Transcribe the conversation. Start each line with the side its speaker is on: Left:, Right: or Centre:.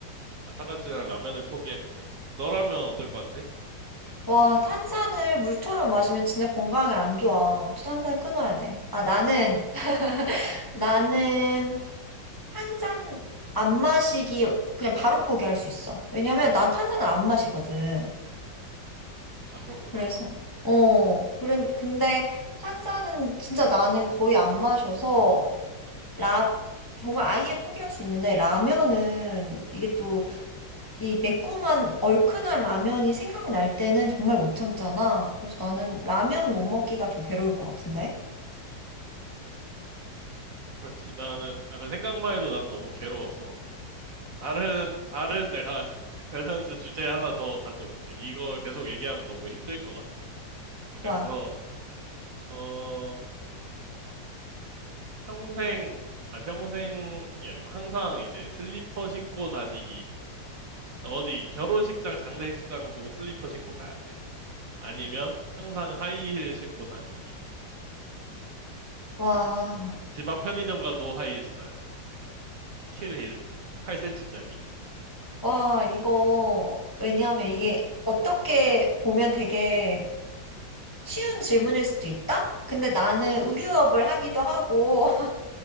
Right: 안타깝지만 라면을 포기할게. 너라면 어떨 것 같아?
Left: 와, 탄산을 물처럼 마시면 진짜 건강에 안 좋아. 탄산 끊어야 돼. 아, 나는, <laughs> 나는 탄산 안 마시기 그냥 바로 포기할 수 있어. 왜냐면 난 탄산을 안 마시거든.
Right: 아, 그렇구나.
Left: 그래서, 어, 그래, 근데 탄산은 진짜 나는 거의 안 마셔서, 라, 정말 아예 포기할 수 있는데, 라면은 이게 또 이 매콤한 얼큰한 라면이 생각이 날 때는 정말 못 참잖아. 그래서 나는 라면 못 먹기가 더 괴로울 것 같은데?
Right: 그렇지. 나는, 아, 그 생각만 해도 난 너무 괴로워서. 다른, 다른 내가 <laughs> 밸런스 주제 하나 더 가져올게. 이걸 계속 얘기하면 너무 힘들 것 같아.
Left: 좋아.
Right: 그래서, 어, 평생, 아, 평생이 아니고 항상 이제 슬리퍼 신고 다니기. 어디, 결혼식장, 장례식장도 슬리퍼 신고 가야 돼. 아니면 항상 하이힐 신고 다니기.
Left: 와,
Right: 집 앞 편의점 가도 하이힐 신어야 돼. 킬힐. 8cm짜리.
Left: 와, 이거, 왜냐하면 이게 어떻게 보면 되게 쉬운 질문일 수도 있다? 근데 나는 의류업을 하기도 하고,